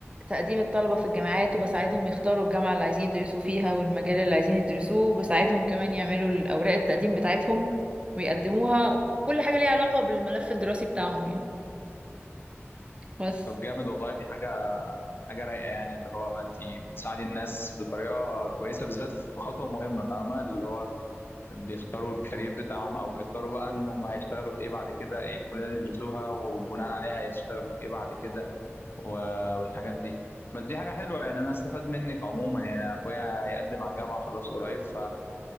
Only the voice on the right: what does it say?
تقديم الطلبه في الجامعات وبساعدهم يختاروا الجامعه اللي عايزين يدرسوا فيها والمجال اللي عايزين يدرسوه وبساعدهم كمان يعملوا الاوراق التقديم بتاعتهم ويقدموها في كل حاجه ليها علاقه بالملف الدراسي بتاعهم يعني بس